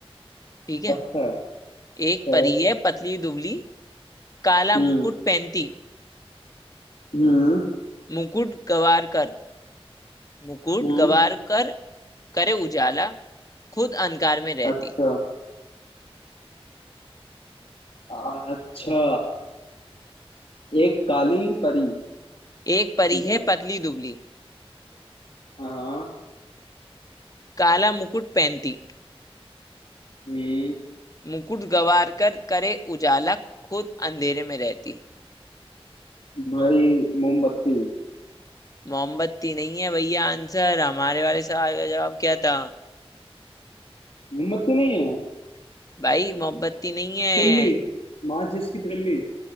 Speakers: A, on the left; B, on the left.
A: ठीक है
B: अच्छा अच्छा
A: एक परी है पतली दुबली काला
B: हम्म
A: मुकुट पहनती
B: हम्म
A: मुकुट गवार कर मुकुट
B: हम्म
A: गवार कर करे उजाला खुद अंधकार में रहती
B: अच्छा अच्छा एक काली परी
A: एक परी
B: ठीक
A: है
B: है
A: पतली दुबली
B: हाँ
A: काला मुकुट पहनती
B: हम्म
A: मुकुट गवारकर करे उजाला खुद अंधेरे में रहती
B: भाई मोमबत्ती
A: मोमबत्ती नहीं है भैया आंसर हमारे वाले सवाल का जवाब क्या था
B: मोमबत्ती नहीं है
A: भाई मोमबत्ती नहीं है
B: तिल्ली माचिस की तिल्ली